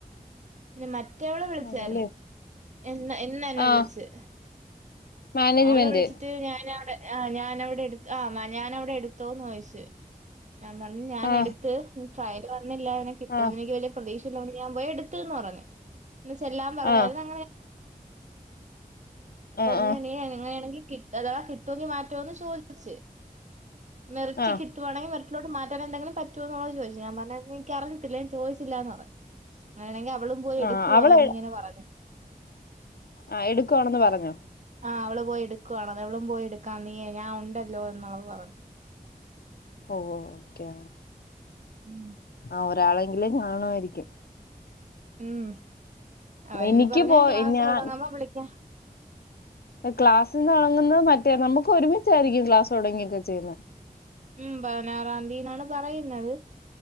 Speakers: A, on the right (about 50°); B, on the left (about 85°).
A: പിന്നെ മറ്റേവള് വിളിച്ചായിരുന്നു
B: ആണല്ലേ
A: ഇന്ന് എന്നെ
B: ആ
A: വിളിച്ച്
B: മാനേജ്മെന്റ്
A: അവള് വിളിച്ചിട്ട് ഞാനവിടെ ആ ഞാനവിടെ എടു ആ ഞാൻ അവിടെ എടുത്തോന്ന് ചോദിച്ചു ഞാൻ പറഞ്ഞു ഞാൻ
B: ആ
A: എടുത്ത് ട്രയല് വന്നില്ല നെ കിട്ടുമോന്ന്
B: ആ
A: എനിക്ക് വലിയ പ്രതീക്ഷള്ളതോണ്ട് ഞാൻ പോയി എടുത്ത്ന്ന് പറഞ്ഞു ഇന്ന് ചെല്ലാൻ പറഞായിരുന്ന്
B: ആഹ് ആഹ്
A: <unintelligible>
B: ആഹ്
A: ഇങ്ങനാണെങ്കി അഥവാ കിട്ടോങ്കിൽ മാറ്റോന്ന് ചോദിച്ച് മെറിറ്റ്
B: ആഹ്
A: കിട്ടു കിട്ടുവാണെങ്കിൽ മെറിറ്റിലോട്ട് മാറ്റൻ എന്തങ്കിലും പറ്റോന്നുള്ള ചോദിച്ചു ഞാൻ പറഞ് എനിക്കറിയത്തില്ല ഞാൻ ചോദിച്ചില്ലാന്ന് പറഞ്ഞു
B: <inaudible>
A: അങ്ങനെയാണെങ്കിൽ അവളും പോയി എടുക്കുവാ
B: ആഹ് അവള്
A: എന്നിങ്ങനെ പറഞ്ഞു.
B: ആ എടുക്കുവാണെന്ന് പറഞ്ഞോ
A: ആഹ് അവള് പോയി എടുക്കുവാണ അവളും പോയി എടുക്കാ നീ ഞാ ഉണ്ടല്ലോ എന്നുള്ളത് പറഞ്ഞു
B: ഓഹ് ഓക്കെ
A: ഉം
B: ആ ഒരാളെങ്കിലും കാണുവായിരിക്കും
A: ഉം അവരന്നി
B: എനിക്ക്
A: പറഞ്ഞേ
B: പോ
A: ക്ലാസ്
B: ഞാ
A: തൊടങ്ങുമ്പ വിളിക്കാ
B: ക്ലാസ്സിന്ന് തൊടങ്ങുന്നത് മറ്റേ നമുക്കൊരുമിച്ചായിരിക്കും ക്ലാസ് തൊടങ്ങിയൊക്കെ ചെയ്യുന്ന
A: ഉം പതിനാറാംതീ യെന്നാണ് പറയുന്നത്